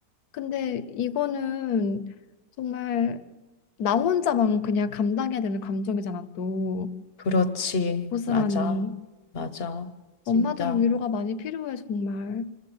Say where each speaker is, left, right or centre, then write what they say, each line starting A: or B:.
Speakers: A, on the left; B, on the left.
A: 근데 이거는 정말 나 혼자만 그냥 감당해야 되는 감정이잖아, 또.
B: 그렇지.
A: 고스란히.
B: 맞아. 맞아. 진짜.
A: 엄마들은 위로가 많이 필요해, 정말.